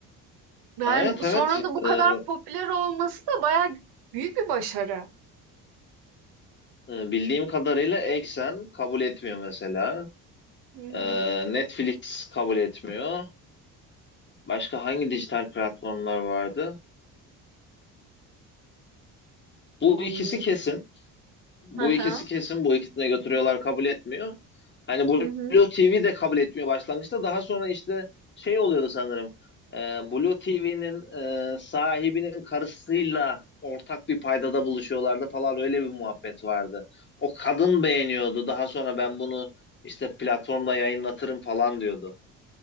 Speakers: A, on the right; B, on the left.
A: Yani
B: Evet
A: sonra
B: evet
A: da bu kadar
B: Ee,
A: popüler olması da bayağı büyük bir başarı.
B: e, bildiğim kadarıyla Exxen kabul etmiyor mesela.
A: Hı hı.
B: Ee, Netflix kabul etmiyor. Başka hangi dijital platformlar vardı? Bu
A: Hmm.
B: ikisi kesin. Bu
A: Hı hı.
B: ikisi kesin bu ikisine götürüyorlar kabul etmiyor. Hani Blue
A: Hı hı.
B: TV de kabul etmiyor başlangıçta. Daha sonra işte şey oluyordu sanırım. E, Blue TV'nin sahibinin karısıyla ortak bir paydada buluşuyorlardı falan öyle bir muhabbet vardı. O kadın beğeniyordu. Daha sonra ben bunu işte platformda yayınlatırım falan diyordu.